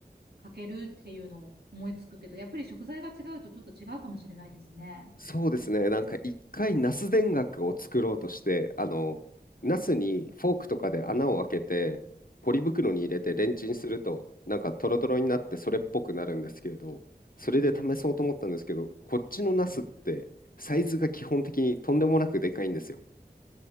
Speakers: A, on the right (about 75°); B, on the left (about 60°).
A: かけるっていうのを思いつくけど、やっぱり食材が違うとちょっと違うかもしれないですね。
B: そうですね。なんか一回ナス田楽を作ろうとして、あの、ナスにフォークとかで穴を開けて、ポリ袋に入れてレンチンすると、
A: うん。
B: なんかトロトロになってそれっぽくなるんですけれど、それで試そうと思ったんですけど、こっちのナスってサイズが基本的にとんでもなくでかいんですよ。